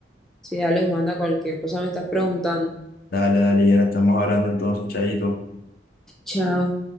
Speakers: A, in the centre; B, on the left (about 50°).
A: Sí, dale, Juanda, cualquier cosa me estás preguntando.
B: Dale, dale, Yera. Estamos hablando entonces, Chayito.
A: Chao.